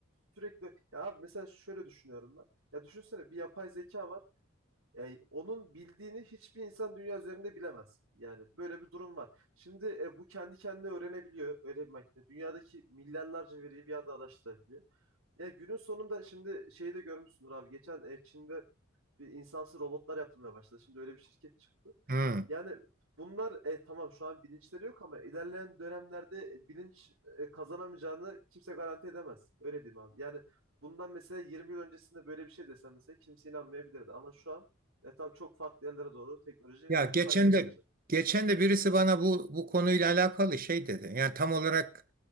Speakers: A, on the right; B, on the right.
A: sürekli ya abi mesela şöyle düşünüyorum ben. Ya düşünsene bir yapay zeka var. E, onun bildiğini hiçbir insan dünya üzerinde bilemez. Yani böyle bir durum var. Şimdi e, bu kendi kendine öğrenebiliyor öyle bir makine. Dünyadaki milyarlarca veriyi bir anda araştırabiliyor. Ya günün sonunda şimdi şeyi de görmüşsündür abi. Geçen e, Çin'de bir insansız robotlar yapılmaya başladı. Şimdi öyle bir şirket çıktı.
B: Hmm.
A: Yani bunlar e, tamam şu an bilinçleri yok ama ilerleyen dönemlerde e, bilinç e, kazanamayacağını kimse garanti edemez. Öyle diyeyim abi. Yani bundan mesela 20 yıl öncesinde böyle bir şey desem mesela kimse inanmayabilirdi. Ama şu an e, tabii çok farklı yerlere doğru teknoloji
B: Ya geçen
A: kayıyor
B: de
A: bence.
B: geçen de birisi bana bu bu konuyla alakalı şey dedi. Yani tam olarak